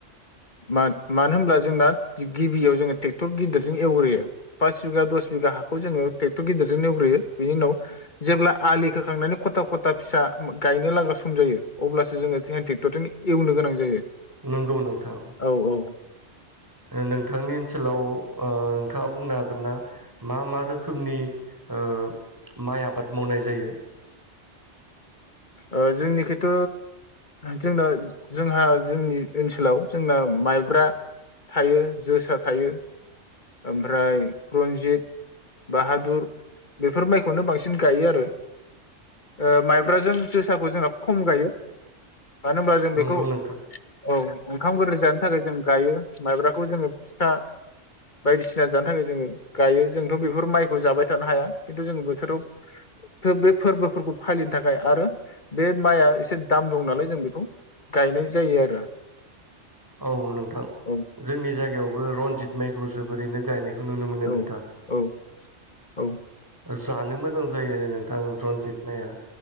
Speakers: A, on the left; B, on the right.
A: मा मानो होनोब्ला जोंना गिबियाव जोङो ट्रेक्टर गिदिरजों एवग्रोयो पास बिगा दस बिगा हाखौ जोङो ट्रेक्टर गिदिरजों एवग्रोयो बेनि उनाव जेब्ला आलि खोखांनानै खथा खथा फिसा गायनो लागा सम जायो अब्लासो जोङो हेन ट्रे। क्टरजोंनो एवनो गोनां जायो।
B: नंगौ नोंथां।
A: औ औ
B: ओ नोंथांनि ओनसोलाव ओ नोंथाङा बुंनो हागोन। हागोन ना। मा मा रोखोमनि। ओ माइ आबाद मावनाय जायो।
A: ओ जोंनिखिथ' जोंना जोंहा जोंनि ओनसोलाव जोंना माइब्रा थायो जोसा थायो। ओमफ्राय रन्जित बाहादुर बेफोर माइखौनो बांसिन गायो आरो ओ माइब्राजों जोसाखौ जोंना खम गायो। मानो होनब्ला जों
B: नंगौ
A: बेखौ
B: नोंथां
A: औ। ओंखाम गोरै जानो थाखाय जों गायो माइब्राखौ जोङो फिथा। बायदिसिना जानो थाखाय जोङो गायो जोंथ' बेफोर माइखौ जाबाय थानो हाया खिन्थु जों बोथोराव बे फोरबोफोरखौ फालिनो थाखाय आरो बे माइआ एसे दाम दं नालाय जों बेखौ गायनाय जायो आरो।
B: औ नोंथां
A: औ
B: जोंनि जायगायावबो रनजित माइखौ जोब। ओरैनो गायनायखौ नुनो मोनो
A: औ
B: नोंथां।
A: औ औ।
B: जानो मोजां जायो नों। थां रनजित माइआ।